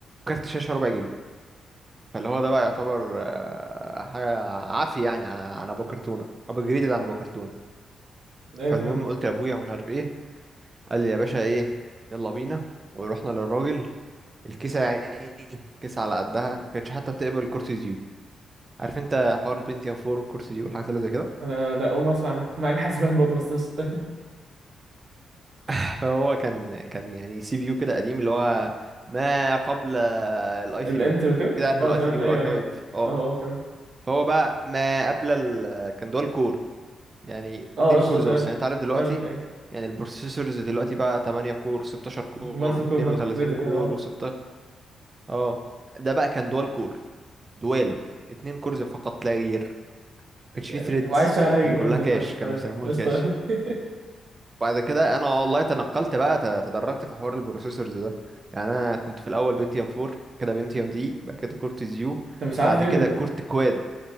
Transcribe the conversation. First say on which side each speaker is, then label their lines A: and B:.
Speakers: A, on the right; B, on the right.
A: كارت شاشة ربع جيجا فاللي هو ده بقى يعتبر آه، حاجة عافية يعني عن عن ابو كرتونة ابو جريدد عن ابو كرتونة
B: ايوه
A: فالمهم
B: تمام
A: قلت لابويا ومش عارف ايه قال لي يا باشا ايه يلا بينا ورحنا للراجل الكيسة يا عيني كيسة على قدها ما كانتش حتى بتقبل كرسي زيوت عارف انت حوار البنتيوم 4 والكرسي زيوت والحاجات اللي زي كده
B: انا لا اول ما اسمع عنها مع ان حاسبات برضه بس قشطة.
A: <laughs> فهو كان كان يعني سي بي يو كده قديم اللي هو ما قبل الاي
B: <laughs> الانتل
A: 3
B: وكده
A: كده عارف
B: اه
A: الاي
B: تمام
A: 3 والاي
B: ايوه
A: 5
B: ايوه
A: اه
B: اه اه تمام
A: فهو بقى ما قبل ال... كان دول كور يعني
B: اه
A: اتنين
B: قشطه
A: كورز
B: تمام
A: بس يعني انت عارف دلوقتي
B: فاهمك ايوه
A: يعني البروسيسورز دلوقتي بقى 8 كور 16 كور
B: مالتي كور
A: و32
B: مالتي كريد
A: كور
B: كده اه
A: و16 اه ده بقى كان دول كور دوال اتنين كورز فقط لا غير كانش
B: يعني
A: فيه ثريدز
B: وعايز شغال حاجه
A: كان
B: جوند
A: كلها كاش
B: خمسه
A: كان
B: تمام
A: بيسموه الكاش
B: قشطه <laughs>
A: بعد كده انا والله تنقلت بقى ت- تدرجت في حوار البروسيسورز ده يعني انا كنت في الاول بنتيوم 4 بعد كده بنتيوم دي بعد كده كورت زيو
B: انت مش عارف
A: بعد
B: ليه
A: كده
B: من
A: كورت كواد